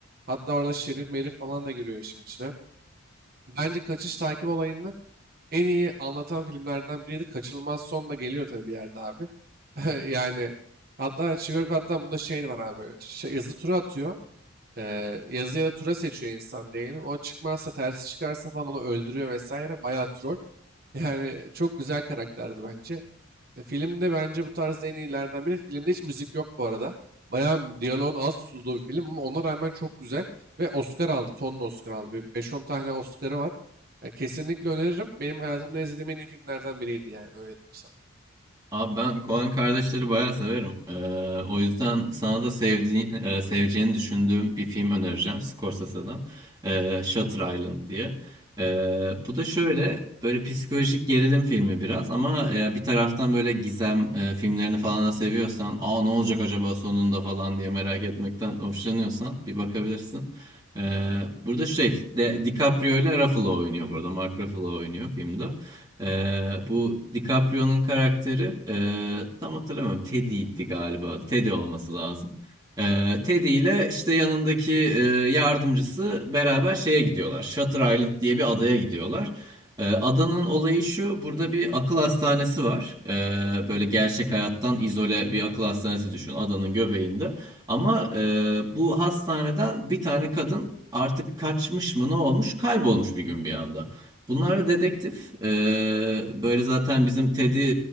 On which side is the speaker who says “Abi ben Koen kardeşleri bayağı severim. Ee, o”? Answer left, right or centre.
Right